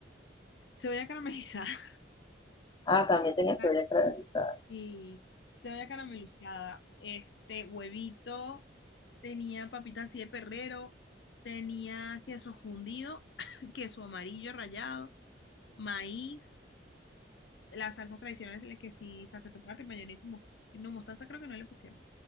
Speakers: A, on the left; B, on the left.
A: Cebolla caramelizada.
B: Ah, también tenía
A: <laughs>
B: cebolla caramelizada.
A: y cebolla caramelizada, este huevito, tenía papitas así de perrero, tenía queso fundido, <coughs> <laughs> queso amarillo rallado, maíz. las salsas tradicionales, la que sí, salsa de tomate, mayonesa y mostaza. No, mostaza creo que no le pusieron.